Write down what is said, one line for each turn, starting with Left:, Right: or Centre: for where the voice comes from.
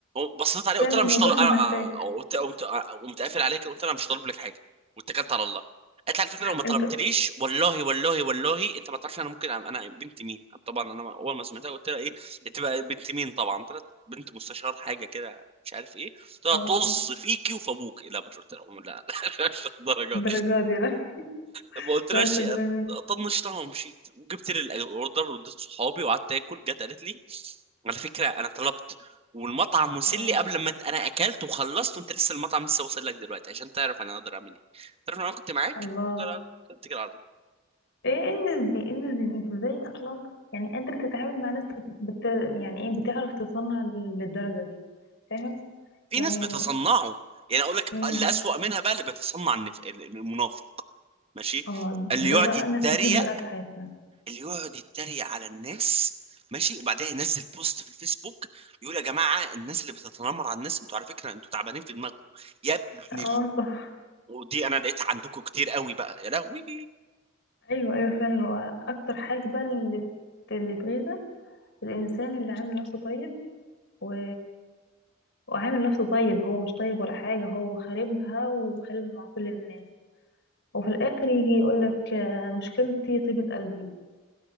Right: بصيت عليه
Left: فعلا
Right: قلت لها
Left: الموضوع
Right: مش طالب
Left: <laughs> مش
Right: انا
Left: محتاج
Right: أنا- قلت قمت آه، قمت قافل عليها كده قلت لها مش طالب لك حاجه واتكلت على الله قالت لي على فكره لو ما طلبتليش
Left: انت
Right: والله والله والله انت ما تعرفش انا ممكن أعمل- انا بنت مين طبعا انا اول ما سمعتها قلت لها ايه انت بقى بنت مين طبعا طلعت بنت مستشار حاجه كده مش عارف ايه قلت لها
Left: اه
Right: طز
Left: اه
Right: فيكي وفي ابوك لا ما شفت لها لا <laughs> مش الدرجه
Left: الدرجة دي لا <laughs>
Right: ما قلتلهاش
Left: لا مش الدرجة دي
Right: طنشتها ومشيت وجبت لي الاوردر واديت صحابي وقعدت اكل جت قالت لي على فكره انا طلبت والمطعم وصل
Left: اه
Right: لي قبل ما انت انا اكلت وخلصت وانت لسه المطعم لسه واصل لك دلوقتي عشان تعرف انا اقدر اعمل ايه تعرف لو انا كنت معاك
Left: الله
Right: اقدر اتكل على الله
Left: ايه إيه الناس دي ايه الناس دي انت ازاي اصلا يعني قادر تتعامل مع ناس بت... يعني ايه بتعرف تصنع للدرجة دي فاهم
Right: في
Left: يعني
Right: ناس بيتصنعوا يعني اقول لك
Left: امم
Right: اللي اسوأ منها بقى اللي بيتصنع النف- المنافق ماشي
Left: اه
Right: اللي
Left: ده
Right: يقعد
Left: بقى
Right: يتريق
Left: ناس كتير بقى في حياتنا
Right: اللي يقعد يتريق على الناس ماشي وبعدها ينزل بوست في الفيسبوك يقول يا جماعه الناس اللي بتتنمر على الناس انتوا على فكره انتوا تعبانين في دماغكم يا ابن
Left: اه
Right: ال...
Left: صح
Right: ودي انا لقيتها عندكم كتير قوي بقى يا لهوي
Left: ايوه ايوه فعلا هو اكتر حاجة بقى اللي اللي تغيظه الانسان اللي عامل نفسه طيب و... وعامل نفسه طيب هو مش طيب ولا حاجة هو خاربها وخاربها مع كل الناس وفي الاخر يجي يقولك آه، مشكلتي طيبة قلبي